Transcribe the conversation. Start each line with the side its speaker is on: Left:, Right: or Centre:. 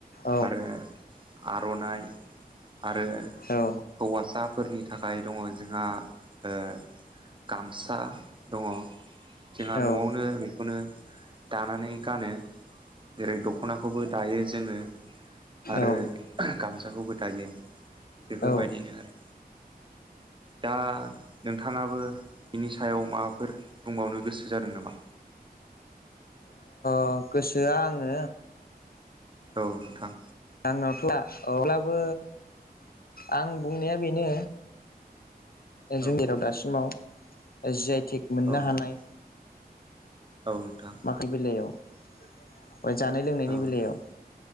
Left: औ
Right: आरो आर'नाइ आरो
Left: औ
Right: हौवासाफोरनि थाखाय दङ जोंहा ओ गामसा दङ जोंहा
Left: औ
Right: न'आवनो बेखौनो दानानै गानो जेरै दख'नाखौबो दायो जोङो आरो
Left: औ
Right: गामसाखौबो दायो बेफोरबायदिनो
Left: औ
Right: आरो दा नोंथाङाबो बिनि सायाव माबाफोर बुंबावनो गो सो जादों नामा?
Left: अ गोसोआ आङो
Right: औ नोंथां
Left: आंनावथ' अब्लाबो आं बुंनाया बेनो जों
Right: औ नोंथां
Left: जेराव दासिमाव जि आइटिक मोननो
Right: औ नोंथां
Left: हानाय।
Right: औ नोंथां
Left: माखाल बिलायाव जानाय लोंनायनि
Right: औ
Left: बेलायाव
Right: नोंथां